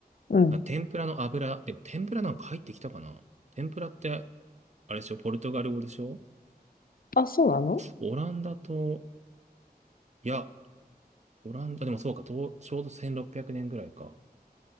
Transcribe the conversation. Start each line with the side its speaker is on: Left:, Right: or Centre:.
Left: うん。
Right: まあ、天ぷらの油、でも天ぷらなんか入ってきたかな天ぷらって、あれでしょポルトガル語でしょ
Left: あ、そうなの
Right: オランダと、いや、オランダでもそうか、とちょうど1600年ぐらいか。